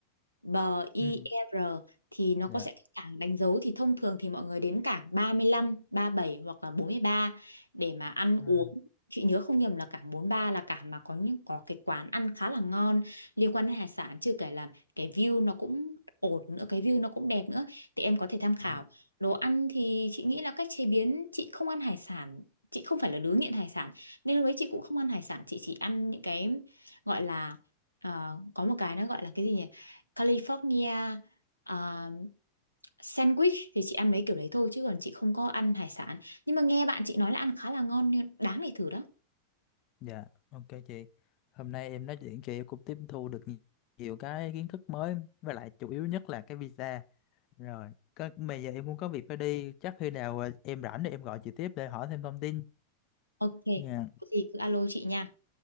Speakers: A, on the left (about 80°); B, on the left (about 40°).
A: bờ IR
B: Ừ.
A: thì nó
B: dạ
A: có sẽ cái cảng đánh dấu thì thông thường thì mọi người đến cảng 35, bảy hoặc là 43 để mà ăn
B: À,
A: uống. Chị nhớ không nhầm là cảng 43 là cảng mà có những có cái quán ăn khá là ngon liên quan đến hải sản chưa kể là cái view nó cũng ổn nữa, cái view nó cũng đẹp nữa thì em có thể tham khảo.
B: ừ.
A: Đồ ăn thì chị nghĩ là cách chế biến chị không ăn hải sản chị không phải là đứa nghiện hải sản nên lúc đấy chị cũng không ăn hải sản chị chỉ ăn những cái gọi là ờ, có một cái nó gọi là cái gì nhỉ California ờ, sandwich thì chị ăn mấy kiểu đấy thôi chứ còn chị không có ăn hải sản nhưng mà nghe bạn chị nói là ăn khá là ngon nên đáng để thử đó
B: dạ ok chị hôm nay em nói chuyện chị cũng tiếp thu được nhi- nhiều cái kiến thức mới với lại chủ yếu nhất là cái visa rồi có bây giờ em cũng có việc phải đi chắc khi nào ờ, em rảnh thì em gọi chị tiếp để hỏi thêm thông tin
A: ok
B: nha
A: có gì cứ alo chị nha